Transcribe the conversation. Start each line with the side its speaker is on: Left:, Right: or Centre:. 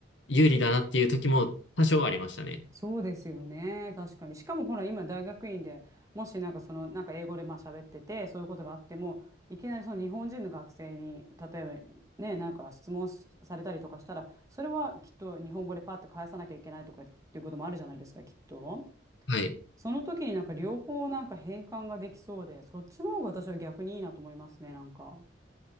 Left: 有利だなっていう時も多少はありましたね。
Right: そうですよね。確かに。しかもほら、今大学院で、もしなんかその、なんか英語でまあ喋ってて、そういうことがあっても、いきなりその日本人の学生に、例えばね、なんか質問しされたりとかしたら、それはきっと日本語でパッて返さなきゃいけないとかっていうこともあるじゃないですか、きっと。
Left: はい。
Right: その時になんか両方なんか変換ができそうで、そっちの方が私は逆にいいなと思いますね、なんか。